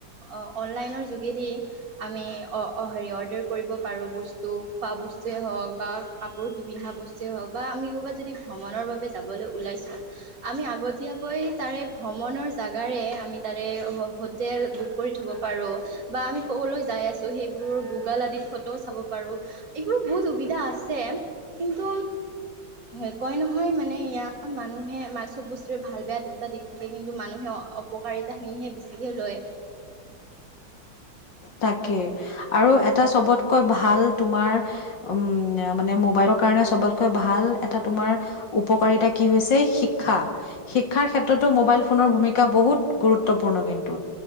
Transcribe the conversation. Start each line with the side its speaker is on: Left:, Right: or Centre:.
Right: অহ অনলাইনৰ যোগেদি আমি অহ অহ হেৰি অৰ্ডাৰ কৰিব পাৰো বস্তু খোৱা বস্তু বস্তুৱে হওঁক বা কাপোৰ কি পিন্ধা বস্তুৱে হওঁক বা আমি কবাত যদি ভ্ৰমণৰ বাবে যাবলৈ ওলাইছো আমি আগতীয়াকৈ তাৰে ভ্ৰমণৰ জাগাৰে আমি তাৰে হোটেল বুক কৰি থব পাৰো বা আমি ক'বলৈ যা- চাই আছো সেইবোৰ গুগল আদি ফটোও চাব পাৰো এইবোৰ বহুত সুবিধা আছে- কিন্তু, হয় কয় নহয় মানে ইয়াৰ মানুহে মা চব বস্তুৰে ভাল বেয়া দুটা দিশ- থাকে কিন্তু মানুহে অপকাৰিতা খিনিহে বেছিকে লয়।
Left: তাকে আৰু এটা চবতকৈ ভাল তোমাৰ উম মানে মোবাইল কাৰণে চবতকৈ ভাল এটা তোমাৰ উপকাৰিতা কি হৈছে শিক্ষা শিক্ষাৰ ক্ষেত্ৰত তো মবাইল ফোনৰ ভূমিকা বহুত গুৰুতত্বপূৰ্ন কিন্তু।